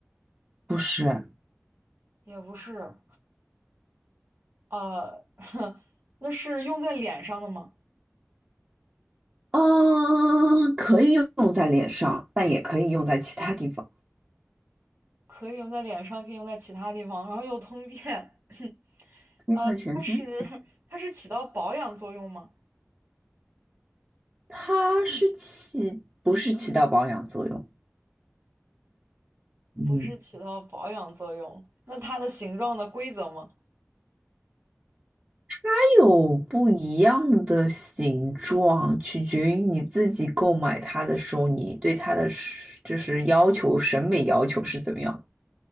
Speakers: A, on the right; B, on the right.
A: 不是，
B: 也不是，呃，<laughs> 那是用在脸上的吗？
A: 嗯，可以用在脸上，但也可以用在其他地方，
B: 可以用在脸上，可以用在其他地方，然后又通电。<laughs>
A: 用在全身。
B: 它是它是起到保养作用吗？
A: 它是起，不是起到保养作用，嗯，
B: 不是起到保养作用，那它的形状的规则吗？
A: 它有不一样的形状，取决于你自己购买它的时候，你对它的是就是要求、审美要求是怎么样